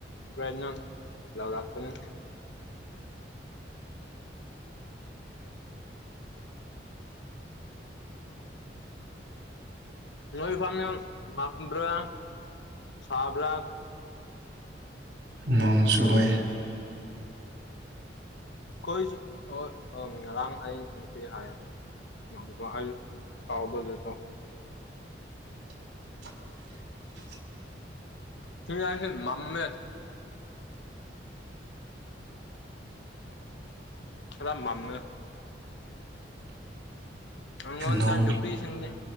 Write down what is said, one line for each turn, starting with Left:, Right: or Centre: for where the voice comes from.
Left: ꯐ꯭ꯔꯦꯅ ꯂꯥꯎꯔꯥꯛꯄꯅꯤ ꯅꯣꯏ ꯏ ꯐꯥꯝ ꯌꯥꯝ ꯃꯝꯕ꯭ꯔꯥ ꯁꯕ꯭ꯔꯥ
Right: ꯅꯣꯡ ꯆꯨꯋꯦ
Left: ꯑꯩꯈꯣꯏꯁꯨ ꯑꯣ ꯉꯔꯥꯡ ꯑꯩ ꯅꯨꯄꯤ ꯍꯥꯏ ꯑꯗꯨꯒ ꯑꯩ ꯆꯥꯎꯥꯕꯗꯤ ꯇꯧ
Right: <unintelligible>
Left: ꯊ <unintelligible> ꯍꯥꯏꯁ ꯃꯝꯃꯦꯠ ꯈꯔ ꯃꯝꯃꯦ ꯑꯩꯪꯉꯣꯟꯗ
Right: ꯅꯣꯡ
Left: ꯅꯨꯄꯤꯁꯤꯡꯗꯤ